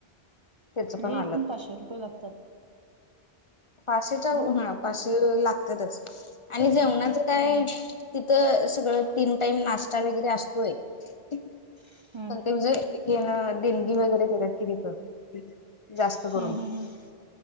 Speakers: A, on the left (about 40°); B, on the right (about 40°).
A: त्याच
B: म्हणजे
A: पण
B: एकूण
A: आलं
B: पाचशे रुपये लागतात.
A: पाचशेच्या
B: ना
A: हा पाचशे लागतातच आणि जेवणाचं काय
B: हम्म
A: तीत त सगळ तीन टाईम नाश्ता वगैरे असतोय <unintelligible>
B: हम्म
A: तेन देणगी वगैरे देतात कि तीथ जास्त
B: हम्म
A: करून
B: हम्म हम्म